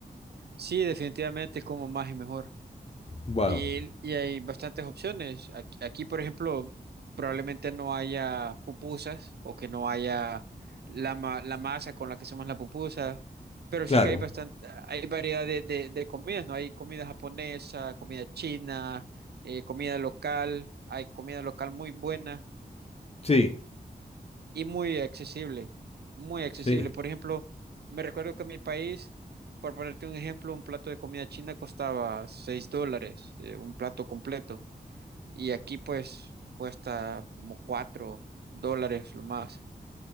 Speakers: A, on the right; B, on the left.
A: Sí, definitivamente como más y mejor.
B: Wow,
A: Y, y hay bastantes opciones. Aquí, aquí, por ejemplo, probablemente no haya pupusas o que no haya la, ma- la masa con la que hacemos la pupusa, pero
B: claro.
A: sí que hay bastante, hay variedad de, de- de comidas, ¿no? Hay comida japonesa, comida china, eh, comida local, hay comida local muy buena
B: Sí,
A: y muy accesible, muy accesible.
B: sí.
A: Por ejemplo, me recuerdo que en mi país, por ponerte un ejemplo, un plato de comida china costaba 6 dólares, eh, un plato completo, y aquí pues cuesta como cuatro dólares lo más.